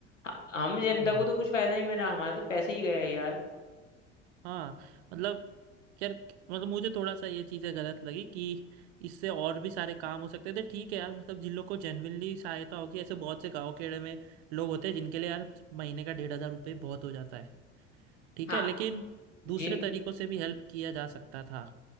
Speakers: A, on the left; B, on the right.
A: ह- हम जनता
B: हम्म।
A: को तो कुछ फायदा नहीं बना हमारा तो पैसा ही गया यार
B: हाँ मतलब यार मतलब मुझे थोड़ा सा ये चीज़ें गलत लगी कि इससे और भी सारे काम हो सकते थे ठीक है यार मतलब जिन लोग को जेन्युइनली सहायता होगी ऐसे बहुत से गाँव खेड़े में लोग होते हैं जिनके लिए यार महीने का डेढ़ हज़ार रुपये बहुत हो जाता है ठीक
A: हाँ
B: है लेकिन
A: जिन
B: दूसरे तरीकों से भी हेल्प किया जा सकता था